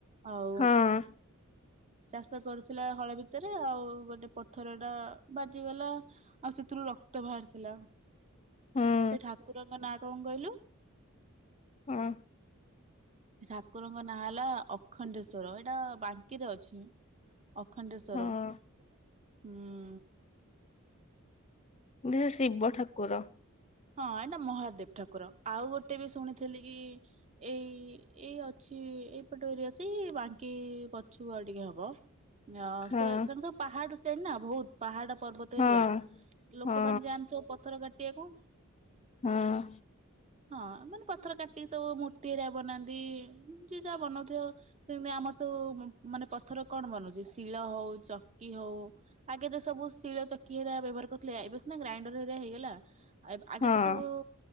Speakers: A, on the right (about 30°); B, on the left (about 30°).
A: ଆଉ
B: ହଁ
A: ଚାଷ କରୁଥିଲା। ହଳ ଭିତରେ ଆଉ ଗୋଟେ ପଥର ଟା ବାଜିଗଲା ଆଉ ସେଥିରୁ ରକ୍ ତ ବାହାରିଥିଲା
B: ହୁଁ
A: ସେ ଠାକୁରଙ୍କ ନାଁ କଣ କହିଲୁ?
B: ହଁ
A: ଠାକୁରଙ୍କ ନାଁ ହେଲା ଅଖଣ୍ଡେଶ୍ଵର ଏଇଟା ବାଙ୍କିରେ ଅଛି। ଅଖଣ୍ଡେଶ୍ଵର
B: ହଁ
A: ହୁଁ
B: ସିଏ ଶିବ ଠାକୁର
A: ହଁ ଏଇଟା ମହାଦେବ ଠାକୁର ଆଉ ଗୋଟେ ବି ଶୁଣିଥିଲି କି ଏଇ ଏଇ ଅଛି ଏଇପଟ ଏରିୟା ସେଇ ବାଙ୍କି ପଛୁକୁ ଆଉ ଟିକେ ହବ ଅ
B: ହଁ
A: ସେ ତାଙ୍କ ପାହାଡ ସେଇଠି ନାଁ ବହୁତ ପାହାଡ ପର୍ବତ
B: ହଁ
A: ଏରିଆ ଲୋକମାନେ
B: ହଁ
A: ଯାଆନ୍ତି ସବୁ ପଥର କାଟି କାଟିବାକୁ
B: ହଁ।
A: ହଁ ମାନେ ପଥର କାଟିିକି ସବୁ ମୂର୍ତ୍ତି ହେରିକା ବନାନ୍ତି ଯିଏ ଯାହା ବନାଉଥିବ ସେମିତି ଆମର ସବୁ ମାନେ ପଥର କଣ ବନୁଛି ଶିଳ ହଉ ଚକି ହଉ ଆଗେ ତ ସବୁ ଶିଳ ଚକି ହେରିକା ବ୍ୟବହାର କରୁଥିଲେ ଏବେ ସିନା ଗ୍ରାଇଣ୍ଡର ହେରିକା ହେଇଗଲା ଆଗେ
B: ହଁ
A: ତ ସବୁ